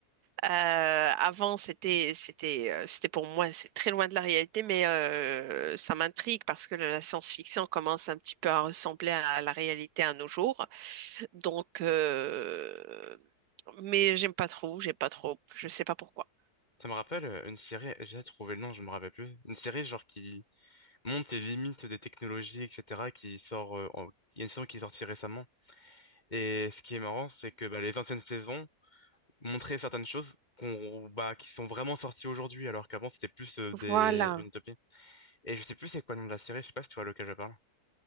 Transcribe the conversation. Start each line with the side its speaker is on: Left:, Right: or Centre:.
Right: Euh, avant, c'était, c'était, euh, c'était pour moi, c'est très loin de la réalité, mais euh, ça m'intrigue parce que la science-fiction commence un petit peu à ressembler à la réalité à nos jours. Donc, euh, mais j'aime pas trop, j'aime pas trop. Je sais pas pourquoi.
Left: Ça me rappelle euh, une série, j'ai trouvé le nom, je me rappelle plus. Une série genre qui monte les limites des technologies, etc. qui sort, euh, en- il y a une saison qui est sortie récemment. Et ce qui est marrant, c'est que bah, les anciennes saisons montraient certaines choses qu'on, bah, qui sont vraiment sorties aujourd'hui, alors qu'avant c'était plus euh, des...
Right: Voilà.
Left: une utopie. Et je sais plus c'est quoi le nom de la série, je sais pas si tu vois lequel je parle.